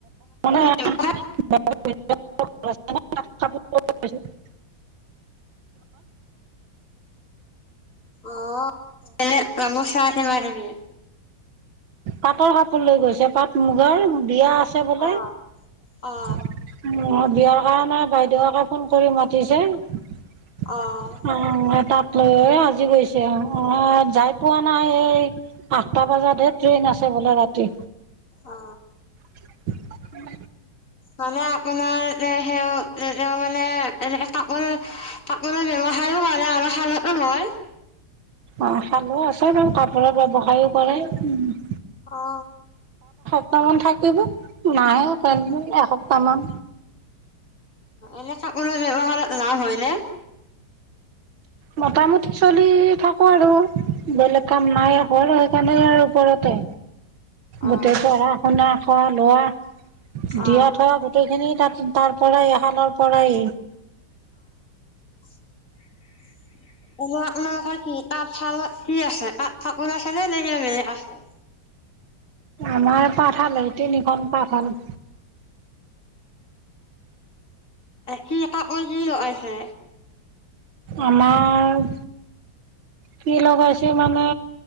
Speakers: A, on the right (about 80°); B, on the left (about 40°).
A: মান <unintelligible>
B: অ', অ'।
A: <unintelligible>
B: অ এনে তামো চাহখিমা কিবা কিবি।
A: পাটৰ কাপোৰ লৈ গৈছে পাট মুগাৰ বিয়া আছ- ছে বোলে
B: অ অ
A: বিয়াৰ কাৰণে বাইদেউক ক ফোন কৰি মাতিছে ।
B: অ
A: অ তাত ল আজি গৈছে অহ অ যাই পোৱা নাই এই আঠটা বজাতহে ট্ৰেইন আছে বোলে ৰাত- কি
B: অ
A: <unintelligible>
B: মানে আপোনাৰ এ সে এ তেওঁ মানে এনেকে কাপোৰ কাপোৰৰ ব্যৱহাৰো কৰে আৰু শালতো হয় ।
A: অ খালে আছে বাৰু কাপোৰৰ ব্যৱসায়ও কৰে, ওহ
B: অ
A: সপ্তাহ মান থাকিব নাহে এসপ্তাহ মান
B: এনে কাপোৰৰ ব্যবসায়ত লাভ হয় নে?
A: মোটামুটি চলি থাকো আৰু বেলেগ কাম নাই হ সেইকাৰণে ওপৰতে
B: অ
A: গোটেই পঢ়া শুনা- অ লোৱা দিয়া
B: অ
A: থ গোটেই খিনি তাত তাৰ পৰাই শালৰ পৰাই
B: <inaudible> এনে আপোনালোকৰ কি তাত ফালত কি আছে তাত? কাপোৰ আছে নে লেকে বেলেগ আছে?
A: আমাৰ পাঠশাল এই তিনিখন পাঠশাল
B: কি কাপোৰ কি লগাইছে?
A: আমাৰ কি লগাইছে মানে